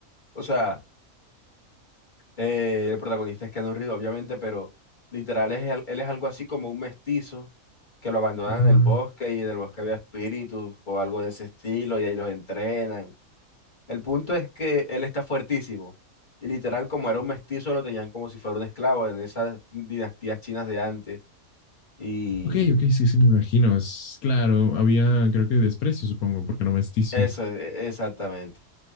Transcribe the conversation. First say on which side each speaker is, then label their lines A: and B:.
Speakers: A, on the left; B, on the left.
A: O sea, eh, el protagonista es Keanu Reeves, obviamente, pero literal es, al- él es algo así como un mestizo que lo abandonan
B: Ah,
A: en el bosque y en el bosque había espíritus o algo de ese estilo y ahí los entrenan. El punto es que él está fuertísimo y literal como era un mestizo lo tenían como si fuera un esclavo en esas dinastías chinas de antes. Y
B: ok, ok, sí, sí, me imagino. Es claro, había, creo que desprecio, supongo, porque no mestizo.
A: Esa- e- exactamente.